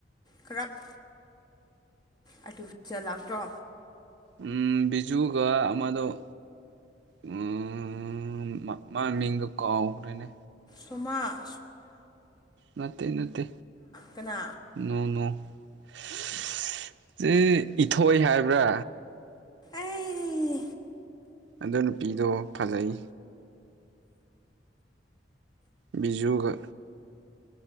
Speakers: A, on the left; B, on the right.
A: <unintelligible> ꯑꯥꯔꯇꯤꯐꯤꯁꯦꯜ ꯂꯥꯛꯇ꯭ꯔꯣ
B: ꯎꯝ ꯕꯤꯖꯨꯒ ꯑꯃꯗꫭ <unintelligible> ꯎꯝ ꯃꯃꯤꯡꯗꫭ ꯀꯥꯥꯎꯈ꯭ꯔꯦꯅꯦ
A: ꯁꫭꯃꯥ
B: ꯅꯠꯇꯦ ꯅꯠꯇꯦ
A: ꯀꯅꯥ
B: ꯅꯣ ꯅꫭ <unintelligible> ꯏꯊꯣꯏ ꯍꯥꯏꯕ꯭ꯔ
A: ꯑꯩ
B: ꯑꯗꯣ ꯅꯨꯄꯤꯗꯣ ꯐꯖꯩ ꯕꯤꯖꯨꯒ